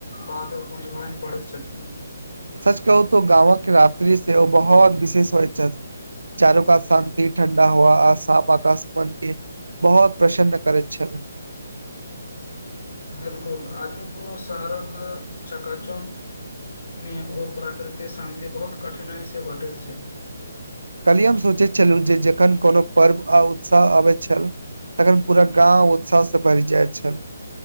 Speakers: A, on the left (about 55°); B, on the right (about 70°).
A: बाद बुझबाइन पड़ैत छथिन
B: सच कहू तऽ गाँव के रात्रि से ओ बहुत विशेष होइत छथि चारू कात शांति ठण्डा हवा आ साफ आकाश मन के बहुत प्रसन्न करैत छथि
A: बिल्कुल आजुक शहरक चकाचूनमे ओ प्राकृतिक शान्ति बहुत कठिनाइसँ भेटैत छै
B: काल्हि हम सोचैत छलहुँ जे जखन कोनो पर्व आ उत्साह अबैत छल तखन पूरा गाँव उत्साहसँ भरि जाइत छल